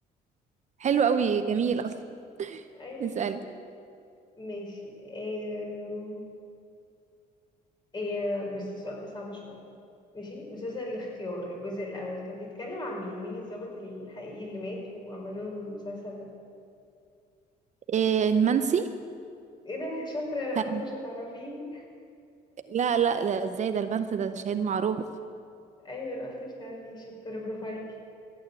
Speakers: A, on the right (about 45°); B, on the left (about 25°).
A: <laughs> حلو قوي جميل اصلا
B: <laughs> ايوه
A: اسألي
B: ماشي إيه... إيه... بس السؤال ده صعب شويه ماشي مسلسل الاختيار الجزء الاول كان بيتكلم عن مين مين الضابط الحقيقي اللي مات وعملوا له المسلسل ده
A: آه، المنسي
B: ايه ده شاطره انا
A: كان
B: قلت مش هتعرفيه
A: لا لا لا ازاي ده المنسي ده شهيد معروف
B: ايوه انا قلت مش هتعرفيه شاطره برافو عليكي